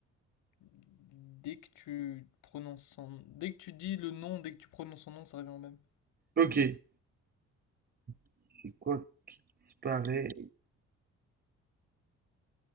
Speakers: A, on the left; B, on the right.
A: Dès que tu prononces son... Dès que tu dis le nom, dès que tu prononces son nom, ça revient au même.
B: Ok. Qui- C'est quoi qui disparaît?